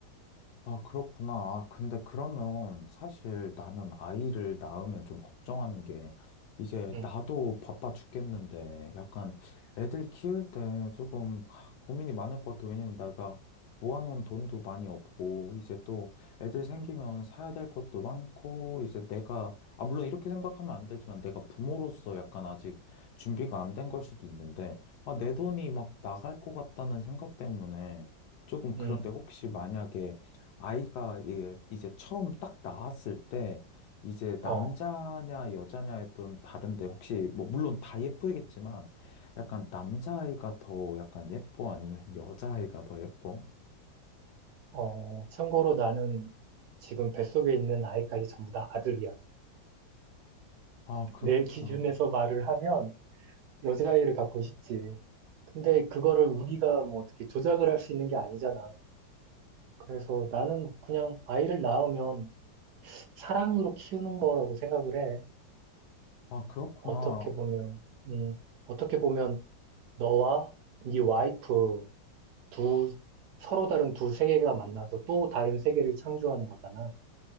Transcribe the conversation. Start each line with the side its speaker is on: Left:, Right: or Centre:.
Left: 아, 그렇구나. 아, 근데 그러면 사실 나는 아이를 낳으면 좀 걱정하는 게 이제
Right: 음,
Left: 나도 바빠 죽겠는데 약간 애들 키울 때 조금 고민이 많을 것 같아. 왜냐면 내가 모아놓은 돈도 많이 없고 이제 또 애들 생기면 사야 될 것도 많고 이제 내가 아, 물론 이렇게 생각하면 안 되지만 내가 부모로서 약간 아직 준비가 안 된 걸 수도 있는데 아, 내 돈이 막 나갈 것 같다는 생각 때문에 조금 그런데
Right: 음,
Left: 혹시 만약에 아이가 이 이제 처음 딱 나왔을 때 이제
Right: 어,
Left: 남자냐 여자냐에 좀 다른데 혹시 뭐 물론 다 예쁘겠지만 약간 남자아이가 더 약간 예뻐 아니면 여자아이가 더 예뻐?
Right: 어, 참고로 나는 지금 뱃속에 있는 아이까지 전부 다 아들이야.
Left: 아 그렇구나.
Right: 내 <laughs> 기준에서 말을 하면 여자아이를 갖고 싶지. 근데 그거를 우리가 뭐 어떻게 조작을 할 수 있는 게 아니잖아. 그래서 나는 그냥 아이를 낳으면 사랑으로 키우는 거라고 생각을 해.
Left: 아 그렇구나.
Right: 어떻게 보면, 음, 어떻게 보면 너와 네 와이프 두, 서로 다른 두 세계가 만나서 또 다른 세계를 창조하는 거잖아.